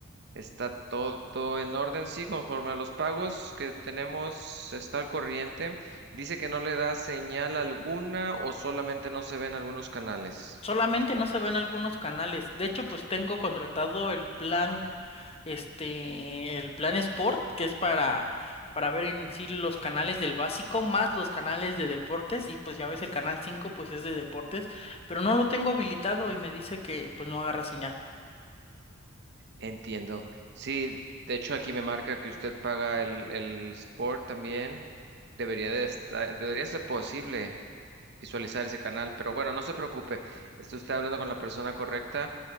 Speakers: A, on the right; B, on the left.
A: Está todo en orden, sí, conforme a los pagos que tenemos, está al corriente. Dice que no le da señal alguna o solamente no se ven algunos canales.
B: Solamente no se ven algunos canales. De hecho, pues tengo contratado el plan este, el plan Sport, que es para, para ver en sí los canales del básico, más los canales de deportes, y pues ya ves el canal 5 pues es de deportes, pero no lo tengo habilitado y me dice que pues no agarra señal.
A: Entiendo. Sí, de hecho aquí me marca que usted paga el, el Sport también. Debería de estar, debería ser posible visualizar ese canal, pero bueno, no se preocupe. Está usted hablando con la persona correcta